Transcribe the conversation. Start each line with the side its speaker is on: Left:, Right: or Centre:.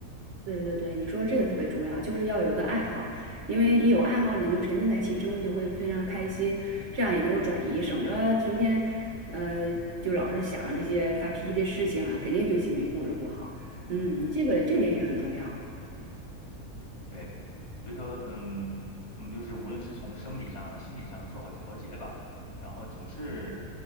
Right: 对对对，你说这个特别重要，就是要有一个爱好，因为一有爱好呢，你就沉浸在其中，你就会非常开心，这样也能够转移，省着成天，呃，就老是想这些发脾气的事情啊，肯定就情绪控制不好。嗯，
Left: 嗯，
Right: 这个这点也很重要。
Left: 嗯是的，嗯。对，所以说，嗯，我们就是无论是从生理上啊、心理上做好调节吧，然后总是